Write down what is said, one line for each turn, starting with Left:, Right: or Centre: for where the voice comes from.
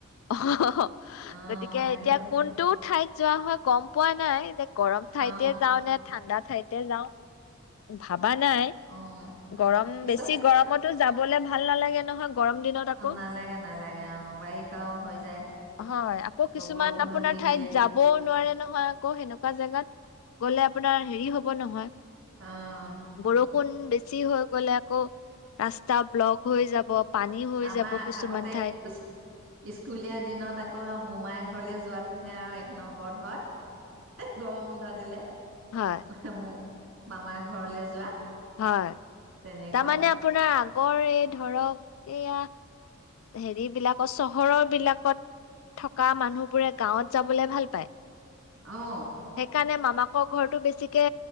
Left: অহ অ
Right: অ',
Left: গতিকে
Right: লাগিব
Left: এতিয়া
Right: লাগিব
Left: কোনটো ঠাইত যোৱা হয় গম পোৱা নাই গৰম ঠাইতে
Right: অ',
Left: যাওঁ নে ঠাণ্ডা ঠাইতে যাওঁ ভাবা নাই
Right: অ',
Left: গৰম
Right: পিছত
Left: বেছি গৰমতো যাবলে ভাল নালাগে নহয় গৰম দিনত আকৌ
Right: অ নালাগে নালাগে অ বাৰিষাও হৈ যায়
Left: হয় আকৌ কিছুমান
Right: বৰষুণো
Left: আপোনাৰ
Right: দি
Left: ঠাইত
Right: দিয়ে
Left: যাব নোৱাৰে নহয় আকৌ সেনেকুৱা জেগাত গ'লে আপোনাৰ হেৰি হ'ব নহয়
Right: অ',
Left: বৰষুণ বেছি বেছি হৈ গ'লে আকৌ ৰাস্ত া ব্লক হৈ যাব পানী হৈ
Right: আমাৰ
Left: যাব কিছুমান
Right: আগতে
Left: ঠাইত
Right: ইচ স্কুলীয়া দিনত আকৌ মোমাই ঘৰলৈ যোৱাটোহে আৰু এক নম্বৰত হয় গৰম হন্ধ দিলে
Left: হয়,
Right: মম মামাৰ ঘৰলে যোৱা
Left: হয়
Right: তেনেকুৱা
Left: তাৰমানে আপোনাৰ কৰে ধৰক এয়া হেৰি বিলাকত চহৰৰ বিলাকত থকা মানুহবোৰে গাঁৱত যাব ভাল পায়
Right: অ',
Left: সেইকাৰণে মামা আৰ ঘৰতটো বেছিকে